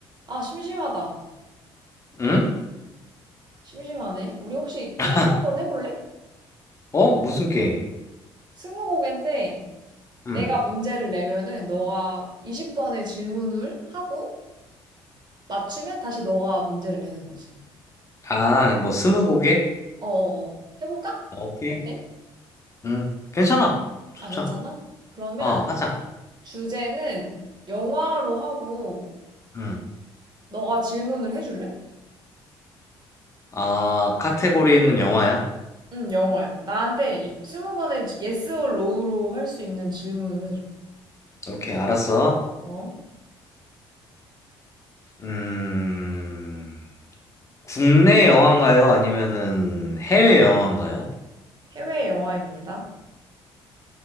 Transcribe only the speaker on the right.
아, 심심하다.
심심하네. 우리 혹시 게임
한번 해볼래?
스무고개인데
내가 문제를 내면은 너가 20번의 질문을 하고 맞추면 다시 너가 문제를 내는 거지.
어어어. 해볼까?
어때?
아, 괜찮아? 그러면
주제는 영화로 하고
너가 질문을 해줄래?
응, 영화야. 나한테 이- 20번의 yes or no로 할 수 있는 질문을 해줘.
어?
해외 영화입니다.